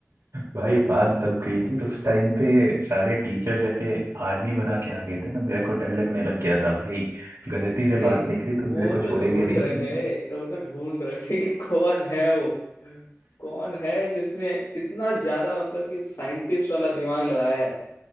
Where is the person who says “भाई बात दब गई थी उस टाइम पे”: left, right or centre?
Right